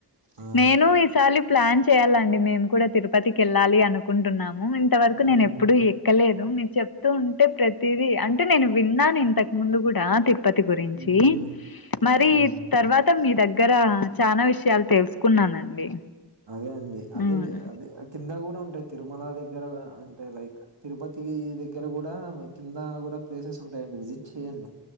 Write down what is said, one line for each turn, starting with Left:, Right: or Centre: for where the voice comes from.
Right: ఆ!
Left: నేను ఈసారి ప్లాన్ చేయాలండి మేము కూడా తిరుపతికి వెళ్ళాలి అనుకుంటున్నాము ఇంతవరకు
Right: హ్మ్.
Left: నేను ఎప్పుడు వెల్లలేదు మీరు చెప్తూ ఉంటే ప్రతిదీ అంటే నేను విన్నాను ఇంతకు ముందు కూడా తి తిరుపతి గురించి
Right: హ్మ్. అదేనండి.
Left: మరి తర్వాత మీ దగ్గర చాలా విషయాలు తెలుసుకున్నానండి
Right: అదే అండి అదే
Left: హ్మ్.
Right: అదే కింద కూడా ఉంటాయి తిరుమల దగ్గర అంటే లైక్ తిరుపతి దగ్గర కూడా కింద కూడా ప్లేసెస్ ఉంటాయండి విజిట్ చెయ్యండి